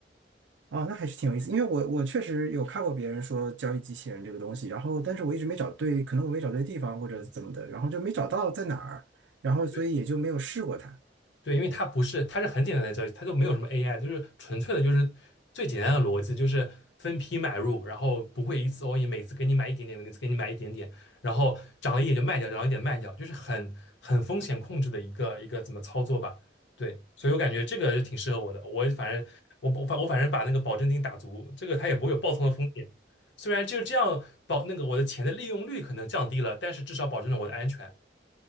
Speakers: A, on the right (about 80°); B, on the left (about 75°).
A: 哦那还是挺有意思，因为我我确实有看过别人说交易机器人这个东西，然后但是我一直没找对，可能我没找对地方或者怎么的，
B: 嗯，
A: 然后就没找到在哪儿，然后所以也就没有试过它。
B: 对。对，因为它不是，它是很简单的交易，它就没有什么 AI，就是纯粹的，就是最简单的逻辑，就是分批买入，然后不会一次 all in，每次给你买一点点，每次给你买一点点，然后涨了一点就卖掉，涨了一点卖掉，就是很很风险控制的一个一个怎么操作吧。对，所以我感觉这个就挺适合我的。我反正我我反我反正把那个保证金打足，这个它也不会有爆仓的风险。虽然就是这样保那个我的钱的利用率可能降低了，但是至少保证了我的安全。